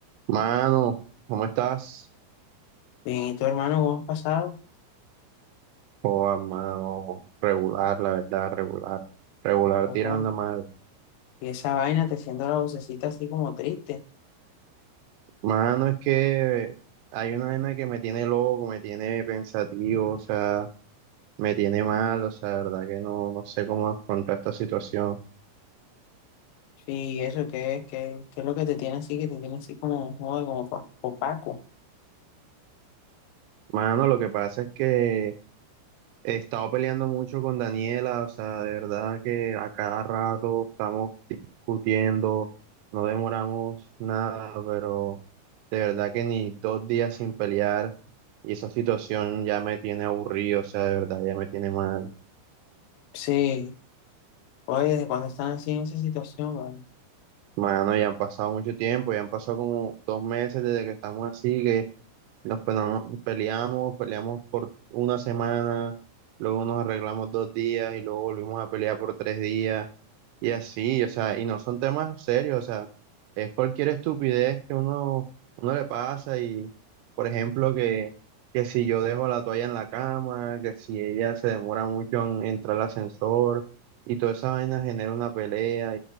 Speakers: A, on the right; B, on the left.
A: Mano, ¿cómo estás?
B: Bien, ¿y tu hermano cómo has pasado?
A: Oh, mano, regular, la verdad, regular. Regular
B: ¿Cómo
A: tirando
B: van?
A: mal.
B: Y esa vaina te siento la vocecita así como triste.
A: Mano, es que hay una vaina que me tiene loco, me tiene pensativo, o sea, me tiene mal, o sea, la verdad que no, no sé cómo afrontar esta situación.
B: Sí, eso, ¿qué es? ¿Qué, qué es lo que te tiene así? Que te tiene así como, joder, como pa- opaco.
A: Mano, lo que pasa es que He estado peleando mucho con Daniela, o sea, de verdad que a cada rato estamos discutiendo, no demoramos nada, pero de verdad que ni dos días sin pelear y esa situación ya me tiene aburrido, o sea, de verdad ya me tiene mal.
B: Sí, oye, ¿desde cuando están así en esa situación, weón?
A: Mano, ya han pasado mucho tiempo, ya han pasado como dos meses desde que estamos así, que nos pe- no- peleamos, peleamos por una semana, luego nos arreglamos dos días y luego volvimos a pelear por tres días y así, o sea, y no son temas serios, o sea, es cualquier estupidez que uno, uno le pasa y, por ejemplo, que, que si yo dejo la toalla en la cama, que si ella se demora mucho en entrar al ascensor y toda esa vaina genera una pelea